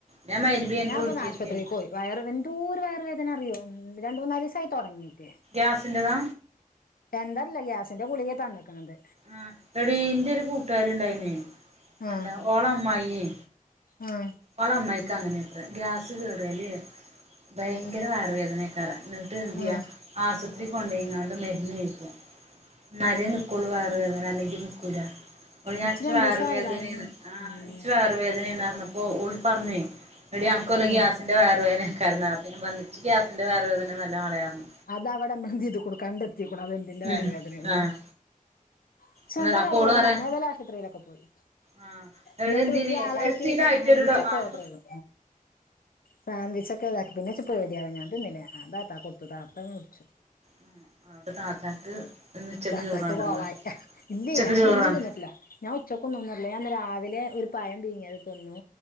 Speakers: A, on the right; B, on the left.
A: ഞാൻ മഗ്‌രിബ് കഴിഞ്ഞിട്ട്
B: ഞാനിപ്പോ
A: വിളിച്ചോക്കിയേനു
B: ഒന്ന് ആശുപത്രീക്ക് പോയി വയറ് എന്തോരു വയറ് വേദന അറിയോ രണ്ട് മൂന്നാലീസായി തുടങ്ങീട്ട്
A: ഗ്യാസിന്റേതാ
B: എന്താറില്ല ഗ്യാസിന്റെ ഗുളികയാ തന്നേക്കണത്
A: ആഹ് എടീ എന്റെ ഒരു കൂട്ടുകാരി ഇണ്ടായിന്നെ
B: ആഹ്
A: എന്താ ഓളെ അമ്മായിയേ
B: ആഹ്
A: ഓളെ അമ്മായിക്കും അങ്ങനേത്രെ ഗ്യാസ് കേറിയാല് ഭയങ്കര വയറ് വേദനയാക്കാറെ എന്നിട്ട് എന്ത് ചെയ്യാ
B: ആഹ്
A: ആശുപത്രി കൊണ്ടയിങ്ങാണ്ട് മരുന്ന് കഴിക്കുക എന്നാലെ നിക്കൂളു വയറ് വേദന അല്ലെങ്കിൽ നിക്കൂലാ കുഞ്ഞാവക്ക്
B: ഇച്ച് രണ്ടീസായി
A: വയറുവേദനയെന്ന്
B: ഭയ ഉം
A: ആ എനിച്ച് വയറുവേദനയാന്ന് പറഞ്ഞ പ്പോ ഓള് പറഞ്ഞേ എടി അനക്ക് വല്ല
B: ഉം
A: ഗ്യാസിന്റെ വയറ് വേദന <unintelligible> അപ്പൊ ഞാൻ പറഞ്ഞ് ഇച്ച് ഗ്യാസിന്റെ വയറ് വേദനയൊന്നും അല്ല പറഞ്ഞു മോളെ
B: അത് അവടെ <unintelligible> കൊടുക്കാണ്ട് ത്തിക്കണു അത് എന്തിന്റ വയറ്
A: ഉം
B: വേദന ആന്നെന്ന്
A: ആഹ്
B: എനിച്ച്
A: അന്നേരം
B: നല്ല വയറ്
A: അപ്പൊ ഓള്
B: വേദനയാരുന്നു
A: പറയാ
B: ഇന്നേതായാലും ആശുപത്രിയിലൊക്കെ പോയി
A: ആഹ്
B: എന്നിട്ട്
A: എന്തിന്
B: വല്യ ആളായിട്ട്
A: സ്ഥിരായിട്ടൊരു
B: സാൻവിച്ചൊക്കെ
A: ഡോ ആഹ്
B: ഓർഡർ ചെയ്തു സാൻവിച്ചൊക്കെ ഇതാക്കി പിന്നെ എച്ച് പേടിയാണ് ഞാൻ തിന്നില്ല ഞാൻ താത്താക്ക് കൊടുത്തു താത്ത അത് മേടിച്ചു
A: ഉം അവിടെ താത്താക്ക് ഇന്ന് ഉച്ചക്ക്
B: താത്തക്ക്
A: ചോറ് വാണ്ടല്ലോ
B: കോളായി ഇല്ലേ
A: ഉച്ചക്ക്
B: ഞാനൊന്നും
A: ചോറ് വാണ്ട
B: തിന്നിട്ടില്ല ഞാൻ ഉച്ചക്കൊന്നും ഒന്നും തിന്നിട്ടില്ല ഞാൻ ഇന്ന് രാവിലെ ഒരു പയം പീങ്ങിയത് തിന്നു